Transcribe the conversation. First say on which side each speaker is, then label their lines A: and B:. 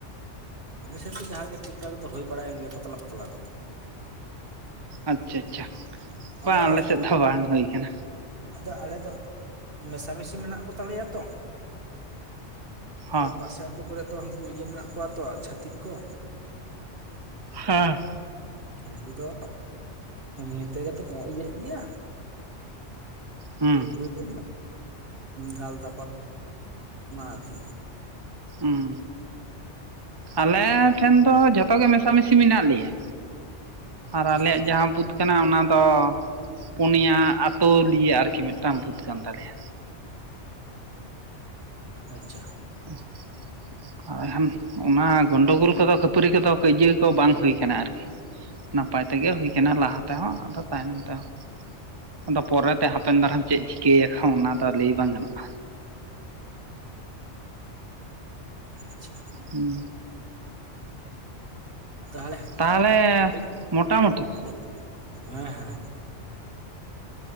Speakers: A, on the right; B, on the right.
A: ᱚᱞᱮᱥᱮᱫ ᱫᱚ ᱡᱟᱦᱟᱸ ᱜᱮ ᱴᱩᱠ ᱴᱟᱠ ᱫᱚ ᱦᱩᱭ ᱵᱟᱲᱟᱭᱮᱱ ᱜᱮᱭᱟ ᱯᱟᱛᱞᱟ ᱯᱟᱛᱞᱟ ᱫᱚ
B: ᱟᱪᱪᱷᱟ ᱟᱪᱪᱷᱟ
A: ᱟᱫᱚ
B: ᱵᱟᱝ ᱟᱞᱮ
A: ᱦᱟᱝᱠᱩ
B: ᱥᱮᱫ ᱫᱚ ᱵᱟᱝ ᱦᱩᱭ ᱠᱟᱱᱟ
A: ᱟᱫᱚ ᱟᱞᱮ ᱫᱚ ᱢᱮᱥᱟ ᱢᱤᱥᱤ ᱢᱮᱱᱟᱜ ᱠᱚᱛᱟᱞᱮᱭᱟ ᱛᱚ
B: ᱦᱚᱸ
A: ᱟᱫᱚ ᱯᱟᱥᱮ ᱟᱹᱛᱩ ᱠᱚᱨᱮᱜ ᱫᱚ ᱦᱟᱝᱠᱩ ᱤᱭᱟᱹ ᱢᱮᱱᱟᱜ ᱠᱚᱣᱟ ᱛᱚ ᱪᱷᱟᱹᱛᱤᱠ ᱠᱚ
B: ᱦᱮᱸ
A: ᱩᱱᱠᱩ ᱫᱚ ᱮᱢᱱᱤ ᱛᱮᱜᱮ ᱛᱚ ᱠᱚ ᱤᱭᱟᱹᱜ ᱜᱮᱭᱟ
B: ᱦᱩᱸ
A: ᱩᱱᱠᱩ ᱜᱮᱠᱚ ᱫᱟᱞ ᱫᱟᱯᱟ ᱟᱨᱠᱤ
B: ᱩᱸ ᱟᱞᱮ ᱴᱷᱮᱱ ᱫᱚ ᱡᱷᱚᱛᱚ ᱜᱮ ᱢᱮᱥᱟᱢᱤᱥᱤ ᱢᱮᱱᱟᱜ ᱞᱮᱭᱟ ᱟᱨ
A: ᱟᱪᱪᱷᱟ
B: ᱟᱞᱮᱭᱟᱜ ᱡᱟᱦᱟᱸ ᱵᱩᱛ ᱠᱟᱱᱟ ᱚᱱᱟ ᱫᱚ ᱯᱩᱱᱭᱟ ᱟᱛᱳ ᱞᱤᱭᱮ ᱟᱨᱠᱤ ᱢᱤᱫᱴᱟᱝ ᱵᱩᱛ ᱠᱟᱱ ᱛᱟᱞᱮᱭᱟ
A: ᱟᱪᱪᱷᱟ
B: <unintelligible> ᱚᱱᱟ ᱜᱚᱱᱰᱳ ᱜᱳᱞ ᱠᱚᱫᱚ ᱠᱷᱟᱹᱯᱟᱹᱨᱤ ᱠᱚᱫᱚ ᱠᱟᱹᱭᱡᱟᱹ ᱠᱚ ᱵᱟᱝ ᱦᱩᱭ ᱠᱟᱱᱟ ᱟᱨᱠᱤ ᱱᱟᱯᱟᱭ ᱛᱮᱜᱮ ᱦᱩᱭ ᱠᱟᱱᱟ ᱞᱟᱦᱟ ᱛᱮᱦᱚᱸ ᱟᱫᱚ ᱛᱟᱭᱱᱚᱢ ᱛᱮᱦᱚᱸ ᱟᱫᱚ ᱯᱚᱨᱮᱛᱮ ᱦᱟᱯᱮᱱ ᱫᱟᱨᱟᱢ ᱪᱮᱫ ᱪᱤᱠᱟᱹᱭᱟ ᱠᱚ ᱚᱱᱟ ᱫᱚ ᱞᱟᱹᱭ ᱵᱟᱝ ᱜᱟᱱᱚᱜᱼᱟ
A: ᱟᱪᱪᱷᱟ
B: ᱦᱩᱸ
A: ᱛᱟᱦᱚᱞᱮ
B: ᱛᱟᱦᱚᱞᱮ
A: ᱠᱟᱹᱴᱤᱡ
B: ᱢᱚᱴᱟᱢᱩᱴᱤ
A: ᱦᱮᱸ ᱦᱮᱸ ᱦᱮᱸ